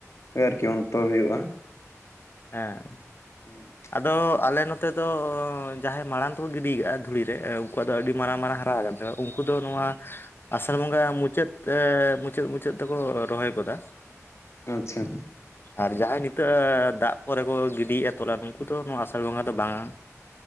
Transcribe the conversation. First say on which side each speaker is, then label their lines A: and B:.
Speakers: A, on the left (about 60°); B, on the left (about 40°).
A: ᱟᱨᱠᱤ ᱚᱱᱛᱚᱨ ᱦᱩᱭᱩᱜᱼᱟ
B: ᱦᱮᱸ
A: ᱦᱮᱸ
B: ᱟᱫᱚ ᱟᱞᱮ ᱱᱚᱛᱮ ᱫᱚ ᱡᱟᱦᱟᱸᱭ ᱢᱟᱲᱟᱝ ᱛᱮᱠᱚ ᱜᱤᱰᱤ ᱟᱠᱟᱜᱼᱟ ᱫᱷᱩᱲᱤ ᱨᱮ ᱩᱱᱠᱩᱣᱟᱜ ᱫᱚ ᱟᱹᱰᱤ ᱢᱟᱨᱟᱝ ᱢᱟᱨᱟᱝ ᱦᱟᱨᱟ ᱟᱠᱟᱱᱟ ᱦᱮᱸ ᱩᱱᱠᱩ ᱫᱚ ᱱᱚᱣᱟ ᱟᱥᱟᱲ ᱵᱚᱸᱜᱟ ᱢᱩᱪᱟᱹᱫ ᱢᱩᱪᱟᱹᱫ ᱢᱩᱪᱟᱹᱫ ᱛᱮᱠᱚ ᱨᱚᱦᱚᱭ ᱜᱚᱫᱟ
A: ᱟᱪᱪᱷᱟ
B: ᱟᱨ ᱡᱟᱦᱟᱸᱭ ᱱᱤᱛᱚᱜ ᱫᱟᱜ ᱠᱚᱨᱮ ᱠᱚ ᱜᱤᱰᱤᱭᱮᱫᱼᱟ ᱛᱚᱞᱟ ᱱᱩᱠᱩ ᱫᱚ ᱱᱚᱣᱟ ᱟᱥᱟᱲ ᱵᱚᱸᱜᱟ ᱫᱚ ᱵᱟᱝᱟ